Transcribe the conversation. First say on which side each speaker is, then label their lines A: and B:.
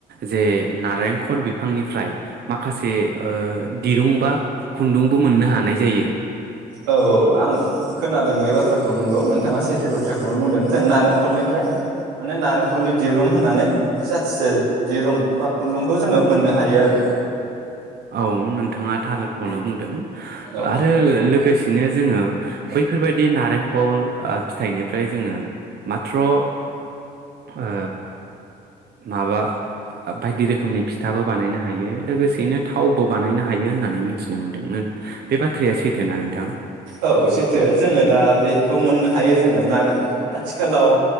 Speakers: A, on the right; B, on the right.
A: जे नारेंखर बिफांनिफ्राय माखासे ओ दिरुं बा खुन्दुंबो मोननो हानाय जायो।
B: औ औ आं खोनादों बे बाथ्राखौ नंगौ नोंथाङा सैथो बाथ्राखौनो बुंदों जों नारेंखलनिफ्राय माने नारेंखलनि दिरुं होननानै जाथिसे दिरुं बा खुन्दुंखौ जोङो मोननो हायो आरो
A: औ नोंथाङा थारखौनो बुंदों
B: औ
A: आरो लोगो सेनो जोङो बैफोरबायदि नारेंखल ओ फिथाइनिफ्राय जोङो माथ्र' ओ माबा बायदि रोखोमनि फिथाबो बानायनो हायो लोगोसेयैनो थावबो बानायनो हायो होननानै मिथिनो मोन्दों बे बाथ्राया सैथो नोंथां?
B: औ सैथो जोङो दा बेखौ मोननो हायो जोङो नारें आथिखालाव